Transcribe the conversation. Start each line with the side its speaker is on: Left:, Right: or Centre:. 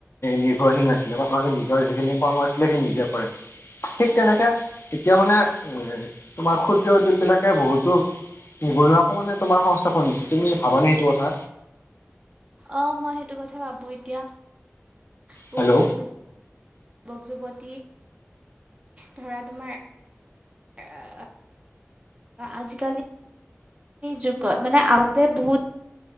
Left: নিৰ্ভৰশীল নাছিলে ককাহঁত নিজৰ যিখিনি কৰ্ম আছিলে সেইখিনি নিজে কৰে। ঠিক তেনেকে এতিয়া মানে উ তোমাৰ ক্ষুদ্ৰ উদ্যোগ বিলাকে বহুতো নিবনুৱা অকমানে তোমাৰ সংস্থাপন দিছে তুমি ভাবানে সেইটো কথা?
Right: অ মই সেইটো কথা ভাবো এতিয়া বহুতো
Left: হেল্ল'
Right: যু যুৱক যুৱতী ধৰা তোমাৰ আহ আজিকালি যুগত মানে আগতে বহুত